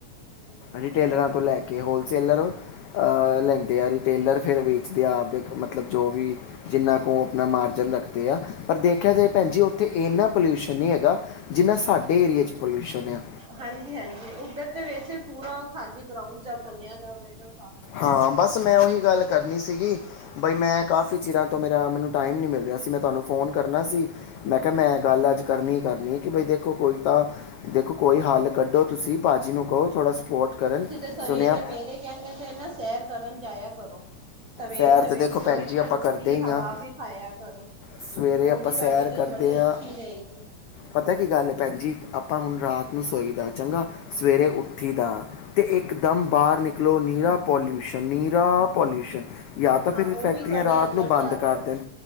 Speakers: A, on the right; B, on the left.
A: ਅੱਛਾ ਅੱਛਾ
B: ਰਿਟੇਲਰਾਂ
A: ਹਮ
B: ਤੋਂ ਲੈ ਕੇ ਹੋਲਸੇਲਰ ਅਹ ਲੈਂਦੇ
A: ਹਮ
B: ਆ ਰਿਟੇਲਰ ਫਿਰ ਵੀ ਆਪਦੇ ਮਤਲਬ ਜੋ ਵੀ ਜਿੰਨਾ ਕੁ ਆਪਣਾ ਮਾਰਜਨ ਰੱਖਦੇ ਆ ਪਰ ਦੇਖਿਆ ਜਾ ਭੈਣ ਜ ਇੰਨਾ ਪੋਲਿਊਸ਼ਨ ਨਹੀਂ ਹੈਗਾ ਜਿੰਨਾ ਸਾਡੇ ਏਰੀਏ 'ਚ ਪੋਲਿਊਸ਼ਨ ਆ
A: ਹਾਂਜੀ ਹਾਂਜੀ ਉਧਰ ਤੇ ਵੈਸੇ ਪੂਰਾ ਖਾਲੀ ਗਰਾਉਂਡ ਜਾਂ ਬਣਿਆ ਦਾਵੇਗਾ
B: ਹਾਂ ਬਸ ਮੈਂ ਉਹੀ ਗੱਲ ਕਰਨੀ ਸੀਗੀ ਬਈ ਮੈਂ ਕਾਫੀ ਚਿਰਾਂ ਤੋਂ ਮੇਰਾ ਮੈਨੂੰ ਟਾਈਮ ਨਹੀਂ ਮਿਲ ਰਿਹਾ ਸੀ ਮੈਂ ਤੁਹਾਨੂੰ ਫ਼ੋਨ ਕਰਨਾ ਸੀ ਮੈਂ, ਕਿਹਾ ਮੈਂ ਗੱਲ ਅੱਜ ਕਰਨੀ- ਕਰਨੀ ਕਿ ਬਈ ਦੇਖੋ, ਕੋਈ ਤਾਂ ਦੇਖੋ ਕੋਈ ਹੱਲ ਕੱਢੋ ਤੁਸੀਂ। ਭਾਜੀ, ਨੂੰ ਕਹੋ ਥੋੜਾ- ਸਪੋਰਟ ਕਰਨ
A: ਤੁਸੀਂ, ਤਾਂ ਸਵੇਰੇ
B: ਸੁਣਿਆ
A: ਮੇਰੇ ਕਹਿਣ ਤੇ ਨਾ, ਸੈਰ ਕਰਨ ਜਾਇਆ ਕਰੋ। ਸਵੇਰ-
B: ਸੈਰ
A: ਸਵੇਰ
B: ਤੇ ਦੇਖੋ
A: ਦੀ ਥੋੜੀ
B: ਭੈਣ ਜੀ
A: ਠੰਡੀ
B: ਆਪਾਂ ਕਰਦੇ
A: ਹਵਾ
B: ਹੀ ਆ
A: ਵਿ ਖਾਇਆ ਕਰੋ।
B: ਸਵੇਰੇ
A: ਉਹ
B: ਆਪਾਂ
A: ਵੀ, ਤੁਹਾਡੇ
B: ਸੈਰ
A: ਲਈ
B: ਕਰਦੇ
A: ਬੜੀ
B: ਹਾਂ
A: ਅੱਛੀ ਰਹੇਗੀ।
B: ਪਤਾ ਕੀ ਗੱਲ ਹੈ ਭੈਣ ਜੀ ਆਪਾਂ ਹੁਣ ਰਾਤ
A: ਹਮ
B: ਨੂੰ ਸੋਈ ਦਾ ਚੰਗਾ, ਸਵੇਰੇ ਉੱਠੀ ਦਾ ਤੇ ਇਕਦਮ ਬਾਹਰ ਨਿਕਲੋ ਨੀ- ਪੋਲਿਊਸ਼ਨ ਨੀਰਾ ਪੋਲਿਊਸ਼ਨ। ਜਾਂ, ਤਾਂ
A: ਹਾਂ
B: ਫੇਰ
A: ਉਹੀ
B: ਫੈਕਟਰੀਆਂ
A: ਤੁਹਾਡੇ
B: ਰਾਤ
A: ਅੰਦਰ
B: ਨੂੰ ਬੰਦ
A: ਜਾ ਰਿਹਾ
B: ਕਰ
A: ਵੈ
B: ਦੇਣ